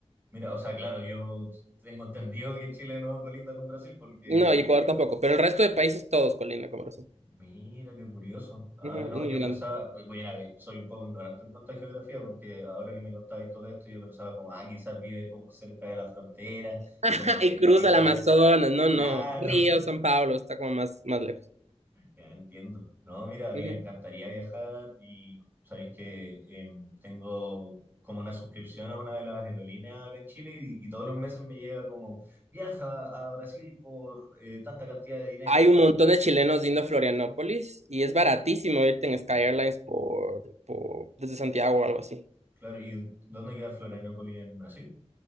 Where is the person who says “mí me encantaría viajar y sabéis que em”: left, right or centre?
Right